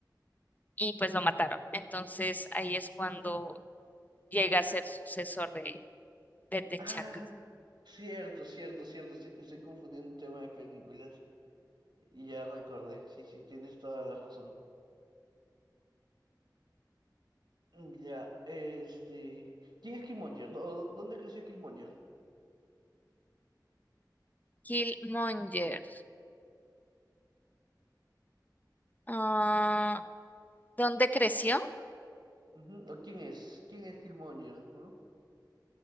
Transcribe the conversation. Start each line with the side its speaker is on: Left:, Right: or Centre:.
Left: y pues lo mataron. Entonces ahí es cuando llega a ser sucesor de, de T'Challa.
Right: Ah, cierto, cierto, cierto, estoy, estoy confundiendo un tema de películas. Ya recordé, sí, sí, tienes toda la razón. Ya, este... ¿Quién es Killmonger? ¿Dó- ¿Dónde creció Killmonger?
Left: Killmonger. Ah, ¿dónde creció?
Right: Ujú, ¿O quién es? ¿Quién es Killmonger? ¿no?